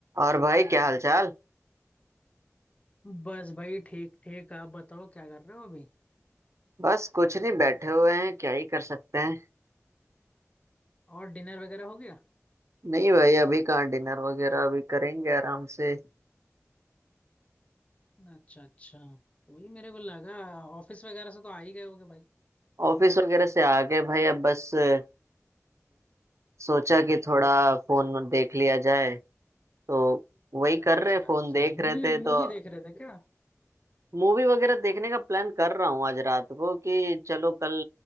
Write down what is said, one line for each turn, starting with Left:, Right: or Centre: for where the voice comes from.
Right: और भाई क्या हालचाल
Left: बस भाई ठीक ठीक आप बताओ क्या कर रहे हो अभी
Right: बस कुछ नहीं बैठे हुए हैं क्या ही कर सकते हैं
Left: और डिनर वगैरह हो गया
Right: नहीं भाई अभी कहाँ डिनर वगैरह अभी करेंगे आराम से
Left: अच्छा अच्छा तो वही मेरे को लगा ऑफिस वगैरह से तो आ ही गए होगे भाई
Right: ऑफिस वगैरह से आ गए भाई अब बस अ, सोचा कि थोड़ा फोन देख लिया जाए तो वही
Left: अच्छा
Right: कर रहे फोन
Left: अच्छा
Right: देख रहे
Left: मूवी
Right: थे
Left: मूवी
Right: तो
Left: देख रहे थे क्या
Right: मूवी वगैरह देखने का प्लान कर रहा हूँ आज रात को कि चलो कल